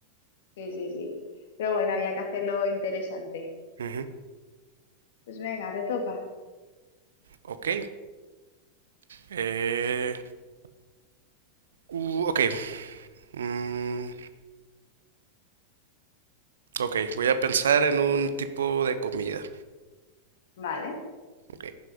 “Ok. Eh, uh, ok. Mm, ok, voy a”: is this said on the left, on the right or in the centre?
Right